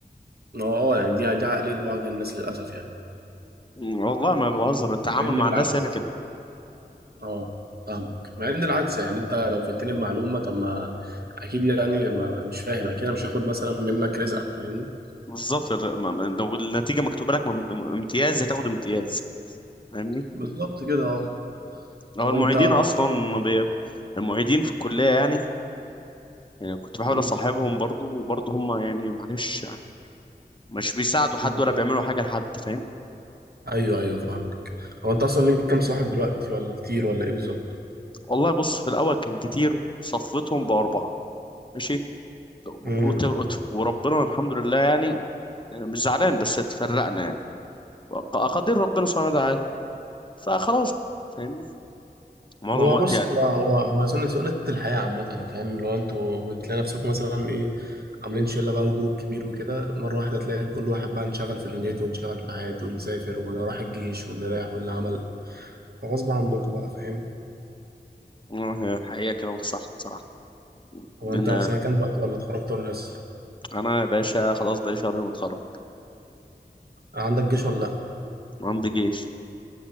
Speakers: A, on the right (about 65°); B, on the left (about 30°).
A: اه آه، يعني دي دي عقلية بعض الناس للأسف يعني
B: والله ما بهزر
A: مع ان
B: التعامل
A: مع إن
B: مع
A: بالعكس
B: الناس هنا كده
A: اه فاهمك مع ان العكس يعني انت لو فدتني بمعلومه طب ما اكيد يعني ما مش فاهم اكيد انا مش هاخد مثلا منك رزقك فاهمني
B: بالظبط الر- ما- ما- لو النتيجة مكتوبة لك مم- امتياز هتاخد امتياز فاهمني
A: بالظبط كده اه
B: هو
A: طب
B: المعيدين
A: انت
B: اصلا بي... المعيدين في الكليه يعني يعني كنت بحاول
A: مم.
B: اصاحبهم برضو وبرضو هم يعني معلش يعني مش بيساعدوا حد
A: مم.
B: ولا بيعملوا حاجه لحد فاهم
A: ايوه ايوه فاهمك هو انت اصلا ليك كام صاحب دلوقتي ولا كتير ولا ايه بالظبط
B: والله بص في الاول كان كتير صفيتهم باربعه ماشي
A: مم.
B: وت- وت- وربنا الحمد لله يعني أنا مش زعلان بس اتفرقنا يعني اقادير ربنا سبحانه وتعالى فخلاص بقى، فاهمني معظم
A: هو
B: وقت
A: بص
B: يعني
A: هو هو هو سنة سنة الحياة عامة فاهم اللي هو انتوا بتلاقي نفسكم مثلا ايه عاملين شلة بقى وجروب كبير وكده مرة واحدة تلاقي كل واحد بقى انشغل في دنيته وانشغل في حياته واللي سافر واللي راح الجيش واللي راح واللي عمل فغصب عنكم بقى فاهم
B: آه، حقيقه كلامك صح بصراحه
A: هو
B: لان
A: انت في سنه كام دلوقتي ولا اتخرجت ولا لسه
B: انا يا باشا خلاص بقالي شهرين متخرج
A: عندك جيش ولا لا
B: وعندي جيش